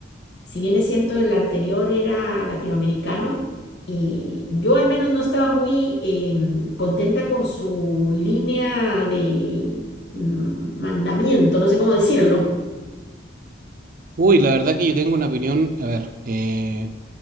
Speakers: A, on the left; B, on the right.
A: si bien es cierto, el anterior era latinoamericano, y yo al menos no estaba muy em, contenta con su línea de mm, mandamiento, no sé cómo decirlo.
B: Uy, la verdad que yo tengo una opinión, a ver, eh,